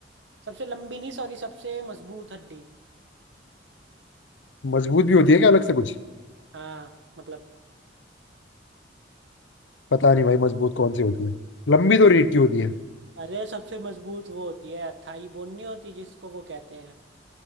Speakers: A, on the right; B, on the left.
A: सबसे लंबी नहीं सॉरी सबसे मजबूत हड्डी
B: मजबूत भी होती है क्या अलग से कुछ
A: हाँ मतलब
B: पता नहीं भाई मजबूत कौन सी होती है लंबी तो रीढ़ की होती है
A: अरे सबसे मजबूत वो होती है थाई बोन नहीं होती जिसको वो कहते हैं